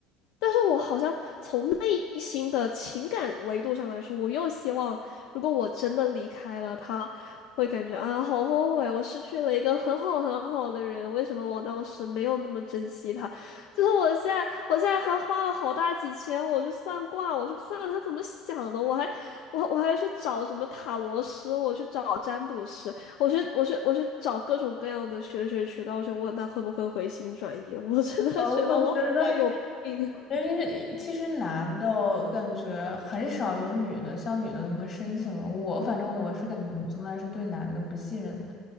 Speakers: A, on the left; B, on the left.
A: 但是我好像从内心的情感维度上来说，我又希望，如果我真的离开了他，会感觉啊，好后悔，我失去了一个很好很好的人，为什么我当时没有那么珍惜他？就是我现在，我现在还花了好大几千，我去算卦，我去算他怎么想的，我还，我我还去找什么塔罗师，我去找占卜师，我去我去我去找各种各样的玄学渠道，去问他会不会回心转意。我真的觉得我好像有病。
B: 呃，我觉得 <laughs>，就是其实男的，我感觉很少有女的像女的那么深情了。我反正我是感觉，我从来是对男的不信任的。